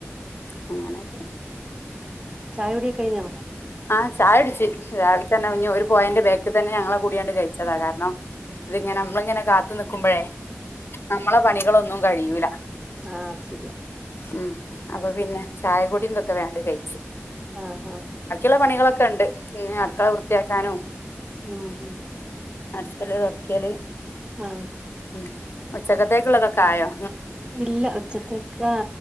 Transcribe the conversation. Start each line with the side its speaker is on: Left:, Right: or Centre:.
Left: അങ്ങനൊക്കെ
Right: ചായ കുടി കയിഞ്ഞോ
Left: ആ ചായുടിച്ച് രാവിൽ തന്നെ ഞ്ഞി ഒരു പോയന്റെ ബേക്കിതന്നെ ഞങ്ങളെ കൂടിയണ്ട് കയിച്ചതാ കാരണം ഇതിങ്ങനെ നമ്മളിങ്ങനെ കാത്തു നിക്കുമ്പോഴേ നമ്മളെ പണികളൊന്നും കഴിയൂല
Right: ആ ശരിയാ
Left: ഉം അപ്പൊ പിന്നെ ചായ കുടിന്തൊക്കെ വേണ്ട് കയിഞ്ഞ്
Right: ആ ഹ
Left: ന പണികളൊക്കെ ഉണ്ട് പിന്ന അ ആക്കളെ വൃത്തിയാക്കാനും
Right: ഉം ഹ്മ്മ്
Left: അച്ചല് തുടക്കിയല്
Right: ആ
Left: ഉ ഉച്ചക്കത്തേക്കുള്ളതൊ കായോ
Right: ഇല്ല ഉച്ചത്തേക്കാ